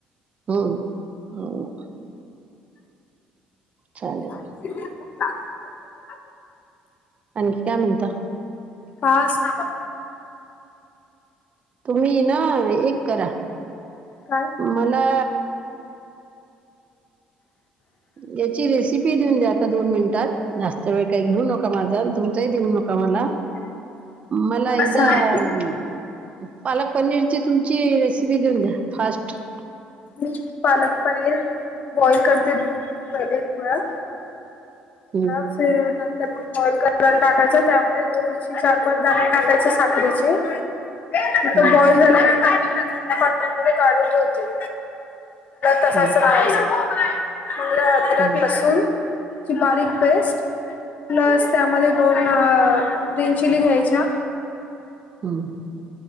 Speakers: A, on the right; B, on the left.
A: हो हो, चालेल.
B: <unintelligible>
A: आणखी काय म्हणता.
B: काहीच नाही बघ.
A: तुम्ही ना एक करा.
B: काय?
A: मला
B: <unintelligible>
A: याची रेसिपी देऊन द्या आता दोन मिनिटात जास्त वेळ काही घेऊ नका माझा तुमचाही देऊ नका मला
B: <unintelligible>
A: मला
B: हा
A: एकदा
B: सांग
A: <unintelligible> पालक पनीरची तुमची रेसिपी देऊन द्या फास्ट <unintelligible>
B: मी पालक पनीर बॉईल करते धुन घ पहिले वेळा <unintelligible>
A: हम्म
B: ह नंतर म <unintelligible> बॉइल कराला टाकायचं त्यामध्ये थोडीशी चार पाच णे टाकायचे साखरीचे <unintelligible> तथ
A: हम्म
B: बॉइल झाल्यानंत काून ठे होते <unintelligible> तसाच
A: हम्म
B: राहायच म्ह अदरक
A: हम्म
B: लसूण <unintelligible> ची बारीक पेस्ट प्लस त्यामध्ये दोन ग्रीन चिली घ्यायच्या
A: हा <unintelligible>